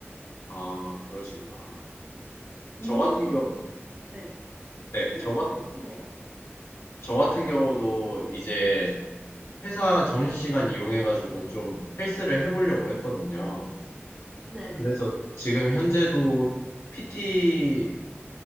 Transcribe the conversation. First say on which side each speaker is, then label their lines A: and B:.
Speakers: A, on the left (about 75°); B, on the right (about 30°).
A: 아, 그러시구나.
B: 운동으로도
A: 저 같은 경우,
B: 혹시, 네,
A: 네,
B: 스트레스
A: 저, 같-
B: 같은 거 푸세요?
A: 저 같은 경우도 이제 회사 점심시간 이용해가지고 좀 헬스를 해보려고 했거든요.
B: 네네.
A: 그래서 지금 현재도 PT